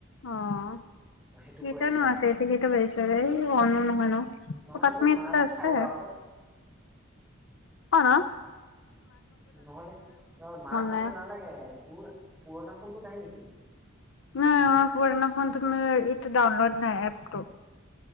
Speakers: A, on the left (about 70°); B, in the centre.
A: অ',
B: মই সেইটো কৈ
A: ইটানো
B: আছো আকৌ
A: আছে ইতিটো বেছ অ নহ নো
B: নহ'লে
A: পাচ
B: তোৰ
A: মিনিট
B: মাৰ তাত
A: আছে
B: <inaudible>
A: অনা
B: নহলে ন মাৰ ফোনটো
A: নাই।
B: নালাগে তোৰ পুৰণা ফোনটো নাই নেকি
A: নাই আমাৰ পুৰণা ফোনটো মানে ইটো ডাউনলোড নাই এপটো